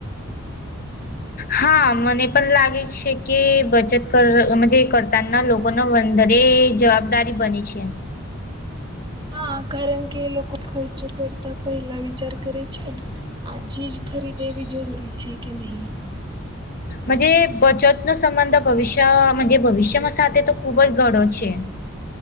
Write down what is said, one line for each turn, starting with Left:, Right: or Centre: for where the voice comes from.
Left: હા મને પન લાગે છે કે બચત કર અ મજે કરતાનના લોકોનો વંદરે જવાબ દારી બની છે.
Right: હા કારણ કે લોકો ખર્ચ કરતા પહેલા વિચાર કરે છે આ ચીજ ખરીદેવી જરૂરી છે કે નહી.
Left: મજે બચતનો સંબંધ તો ભવિષ્ય માં જે ભવિષ્યમાં સાથે તો ખૂબ જ ઘનો છે.